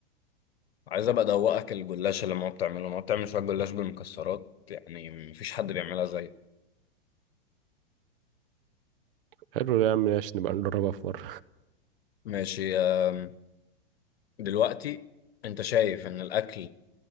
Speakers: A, on the left; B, on the right.
A: عايز ابقى ادوقك الجلاش اللي ماما بتعمله ماما بتعمل شويه جلاش بالمكسرات يعني مفيش حد بيعملها زي
B: حلو ده يا عم ماشي نبقى نجربها في مرة
A: ماشي آم، دلوقتي انت شايف ان الاكل